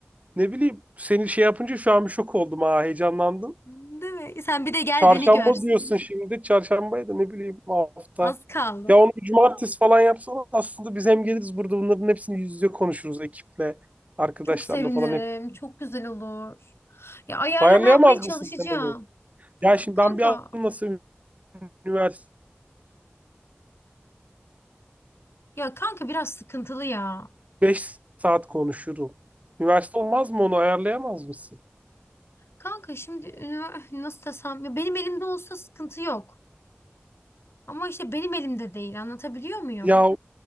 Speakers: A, on the right (about 35°); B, on the left (about 85°).
A: ne bileyim seni şey yapınca şu an bir şok oldum ha heyecanlandım.
B: Değil mi? E, Sen bir de gel
A: Çarşamba
B: beni gör.
A: diyorsun şimdi. Çarşambaya da ne bileyim hafta.
B: Az kaldı.
A: Ya onu bir cumartesi falan yapsana. Aslında biz hem geliriz burada bunların hepsini yüz yüze konuşuruz ekiple, arkadaşlarla
B: Çok sevinirim.
A: falan hep.
B: Çok güzel olur. Ya ayarlama
A: Ayarlayamaz
B: yapmaya çalışacağım.
A: mısın sen onu? Ya şimdi
B: Kanka.
A: ben bir anlasam üniversiteyi
B: Ya kanka biraz sıkıntılı ya.
A: 5 saat konuşurum. Üniversite olmaz mı onu ayarlayamaz mısın?
B: Kanka şimdi ünivers- nasıl desem ya benim elimde olsa sıkıntı yok. Ama işte benim elimde değil anlatabiliyor muyum?
A: Ya